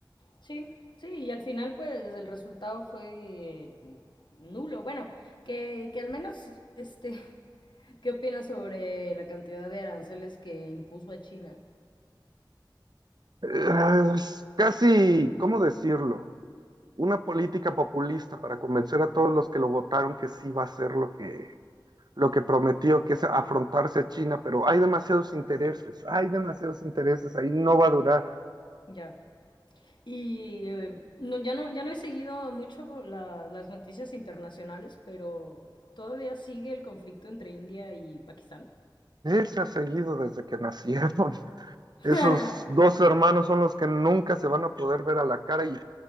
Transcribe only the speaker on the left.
Sí, sí, y al final pues el resultado fue eh, nulo. Bueno, que, que al menos, este, <laughs> ¿qué opinas sobre la cantidad de aranceles que impuso a China?
Ya. Y eh, no, ya no, ya no he seguido mucho la- las noticias internacionales, pero todavía sigue el conflicto entre India y Pakistán.
<laughs>